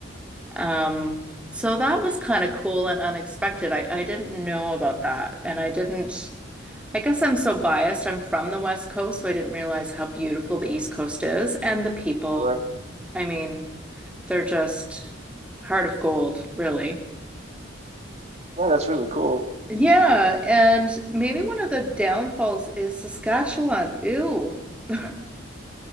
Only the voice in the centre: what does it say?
Um, so that was kind of cool and unexpected. I, I didn't know about that, and I didn't. I guess I'm so biased. I'm from the West Coast, so I didn't realize how beautiful the East Coast is and the people.
I mean, they're just heart of gold, really.
Yeah, and maybe one of the downfalls is Saskatchewan. Ew. <laughs>